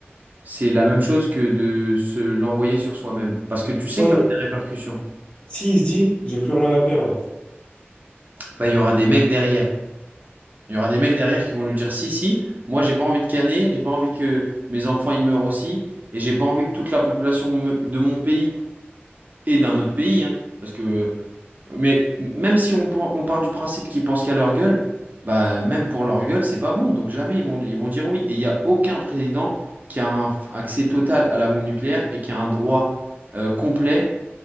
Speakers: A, on the right; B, on the left.
A: c'est la même chose que de se l'envoyer sur soi-même. Parce que tu sais
B: Ouais,
A: qu'il
B: mais
A: y aura des répercussions.
B: s'il se dit, j'ai plus rien à perdre.
A: Bah, il y aura des mecs derrière. Il y aura des mecs derrière qui vont lui dire, si, si, moi j'ai pas envie de caner, j'ai pas envie que mes enfants y meurent aussi, et j'ai pas envie que toute la population me- de mon pays et d'un autre pays, hein, parce que Mais même si on, pen- on part du principe qu'ils pensent qu'à leur gueule, bah même pour leur gueule, c'est pas bon. Donc jamais ils vont, ils vont dire oui. Et il n'y a aucun président qui a un f- accès total à la bombe nucléaire et qui a un droit euh, complet